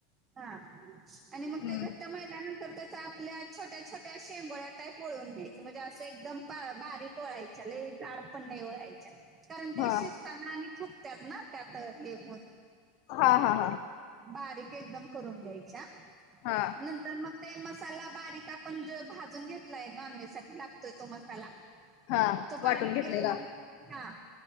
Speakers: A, on the right; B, on the left.
A: हा आणि मग
B: हम्म
A: ते घट्ट माहि नंतर त्याचा आपल्या छोट्या छोट्या शेंगोळ्या ट पओळून घ्यायचं म्हणजे असं एकदम बारीक कोोळायच झाड पण नाही ओढायच्या कारण ते
B: हा
A: शिजताना आणि थुकतत ना त्यात हे होन
B: हा हा हा
A: बारीक एकदम करून घ्यायच्या
B: हा
A: नंतर मग ते मसाला बारीक आपण भाजून घेतलाय नॉनव्हेज साठी लागतोय तो मसाला
B: हा
A: तो
B: वाटून
A: बांरीक
B: घेतलेला
A: केलेलां हां